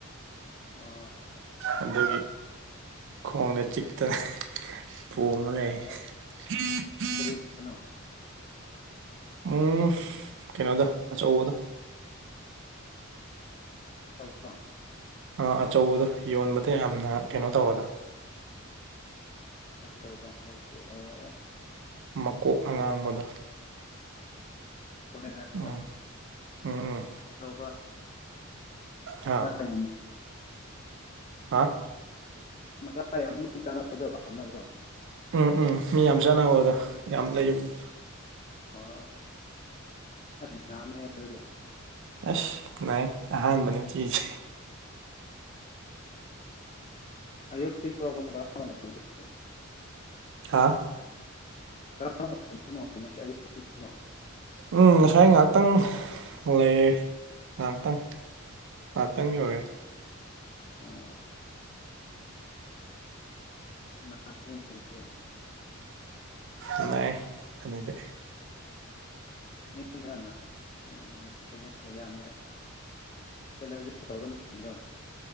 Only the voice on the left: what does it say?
ꯑꯣ ꯑꯆꯥꯆꯥ
ꯑꯣ
ꯀꯔꯤ ꯀꯩꯅꯣ
<inaudible>
ꯑꯆꯧꯕ ꯍꯥꯏꯁꯦ ꯑꯣ ꯑꯣ
ꯍꯣꯔꯅꯦꯦꯟ ꯍꯥꯏꯕꯗꯣ
ꯑꯆꯧꯕ
ꯇ
ꯃꯆꯥꯥ ꯌꯥꯝ ꯃꯤ ꯆꯥꯅꯕꯗꯣ ꯄꯥꯝꯅꯕ꯭ꯔꯣ
ꯑꯥ ꯑꯁ ꯌꯥꯝꯅ ꯍꯦꯂ ꯑꯗꯨꯗꯤ
ꯑꯌꯨꯛꯇꯤ ꯄ꯭ꯔꯣꯝ ꯍ
ꯀꯔꯝꯕ ꯃꯇꯝꯗꯅꯣ ꯉꯁꯤ ꯑꯌꯨꯛꯅꯣ
ꯑꯣ ꯅꯦꯁꯦ
ꯃꯤ ꯈ ꯁ ꯌꯥꯝꯅ ꯑꯦꯂꯔꯖꯤ ꯇꯧꯒ ꯅꯠꯇꯁꯤꯡꯗꯣ